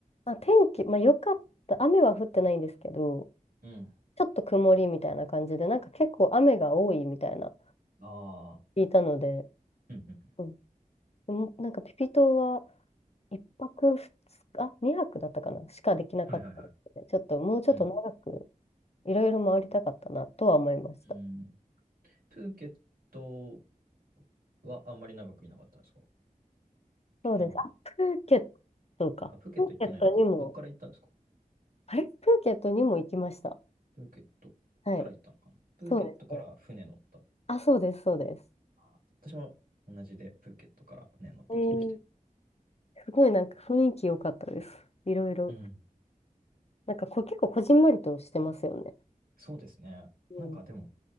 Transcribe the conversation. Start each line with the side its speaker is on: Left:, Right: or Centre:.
Left: あ、天気、まあ良かった、雨は降ってないんですけど、
Right: うん。
Left: ちょっと曇りみたいな感じで、なんか結構雨が多いみたいな、
Right: ああ。
Left: 聞いたので、
Right: うんうんうん
Left: うんでもなんかピピ島は1泊2日、2泊だったかなしかできなかったので、
Right: はいはいは
Left: ちょっともうちょっと長く
Right: い。うん。
Left: いろいろ回りたかったなとは思いました。
Right: うん。プーケットはあんまり長くいなかったんですかピピに。
Left: そうです。あ、プーケットか。
Right: あ、プーケット行ってないのか。
Left: プーケットにも、
Right: どっから行ったんですか
Left: あれプーケットにも行きました。
Right: プーケットから行ったのかなプーケットから船乗った。
Left: はい。そうですね。あ、そうです、そうです。
Right: あ、私も同じでプーケットから船乗って行きまして。
Left: えー、すごいなんか雰囲気良かったです。いろいろ。
Right: うん。
Left: なんかこ、結構こじんまりとしてますよね。
Right: そうですね。
Left: うん。
Right: なんかでも、